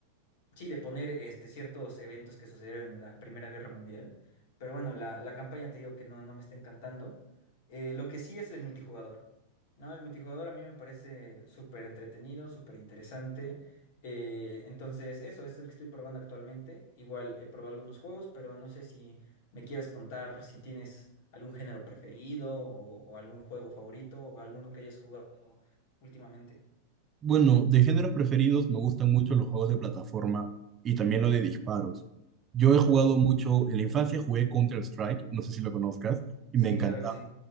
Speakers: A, on the left (about 50°); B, on the right (about 25°).
A: Sí, de poner este, ciertos eventos que sucedieron en la Primera Guerra Mundial. Pero bueno, la, la campaña te digo que no, no me está encantando. Eh, lo que sí es el multijugador. No, el multijugador a mí me parece súper entretenido, súper interesante. Eh, entonces, eso es el que estoy probando actualmente. Igual he probado algunos juegos, pero no sé si me quieras contar si tienes algún género preferido o, o algún juego favorito o alguno que hayas jugado últimamente.
B: Bueno, de géneros preferidos me gustan mucho los juegos de plataforma y también lo de disparos. Yo
A: Ok.
B: he jugado mucho, en la infancia jugué Counter-Strike, no sé si lo conozcas, y
A: Sí,
B: me encantó.
A: claro que sí.